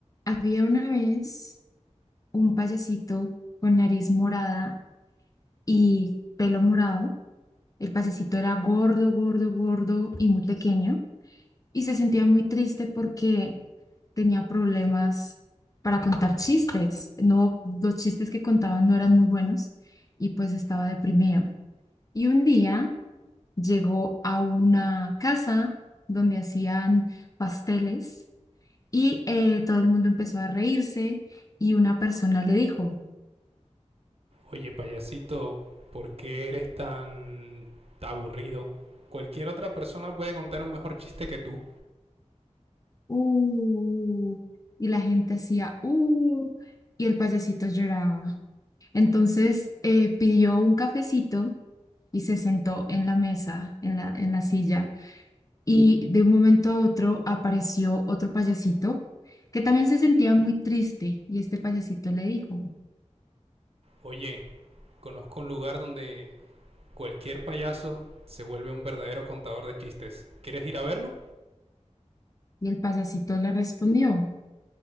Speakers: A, on the left (about 30°); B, on the right (about 55°).
A: Había una vez un payasito con nariz morada y pelo morado. El payasito era gordo, gordo, gordo y muy pequeño y se sentía muy triste porque tenía problemas para contar chistes. No, los chistes que contaban no eran muy buenos y pues estaba deprimido. Y un día llegó a una casa donde hacían pasteles y eh, todo el mundo empezó a reírse y una persona le dijo
B: Oye, payasito, ¿por qué eres tan aburrido? Cualquier otra persona puede contar un mejor chiste que tú.
A: uh, y la gente hacía, uh, y el payasito lloraba. Entonces eh, pidió un cafecito y se sentó en la mesa, en la, en la silla, y de un momento a otro apareció otro payasito que también se sentía muy triste, y este payasito le dijo,
B: Oye, conozco un lugar donde cualquier payaso se vuelve un verdadero contador de chistes. ¿Quieres ir a verlo?
A: y el payasito le respondió.